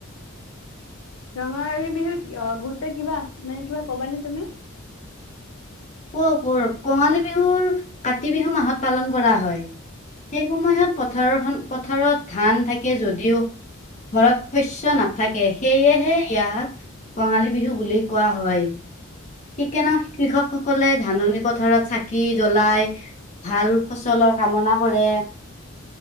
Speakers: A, on the left; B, on the left.
A: ৰঙালী বিহুৰ অহ, গুৰুত্ব কিবা মানে কিবা কবানে তুমি?
B: <unintelligible> কঙালী বিহুৰ কাতি বিহু মাহত পালন কৰা হয় সেই সময়ত পথাৰৰ হন পথাৰত ধান থাকে যদিও ঘৰত শস্য নাথাক কে সেয়েহে ইয়াক কঙালী বিহু বুলি কোৱা হয়। ঠিক কেনেও কৃষকসকলে ধাননি পথাৰত চাকি জ্বলাই ভাল ফচলৰ কামনা কৰে